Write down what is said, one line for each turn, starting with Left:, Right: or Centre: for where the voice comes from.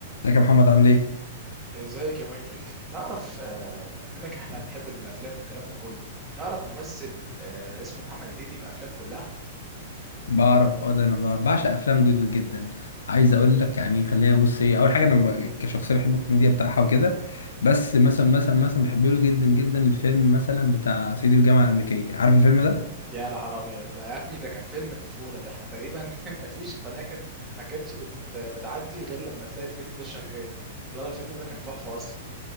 Left: ازيك يا محمد عامل ايه؟
Right: ازيك يا مايكل تعرف آه، منك احنا بنحب الافلام والكلام ده كله تعرف ممثل آه، اسمه محمد هنيدي بافلامه كلها
Left: بعرف اه ده انا ب- بعشق افلام جدا جدا عايز اقول لك يعني خلينا بص ايه اول حاجه انا ب- كشخصيه بحب الكوميديا بتاعها وكده بس مثلا مثلا مثلا بحب له جدا جدا الفيلم مثلا بتاع صعيدي في الجامعه الامريكيه عارف الفيلم ده؟
Right: يا نهار ابيض ده يا ابني ده كان فيلم الطفوله ده احنا تقريبا <laughs> ما فيش قناه كانت ما كانتش بت... بتعدي غير لما تلاقي الفيلم ده شغال لا لا، الفيلم ده كان تحفه اصلا